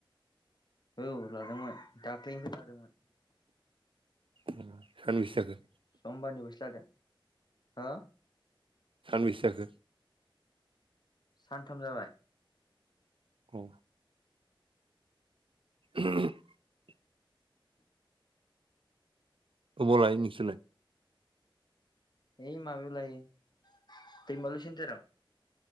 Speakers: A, on the left; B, on the right.
A: औ लादोंमोन दाख्लैनिफ्राय लादोंमोन।
B: सानबैसे जाखो?
A: समबारनिबोसो लादों हो
B: सानबैसे जाखो?
A: सानथाम जाबाय।
B: औ <unintelligible> अबाव लायो नोंसोरलाय?
A: है माबायाव दैमालु सेन्थाराव।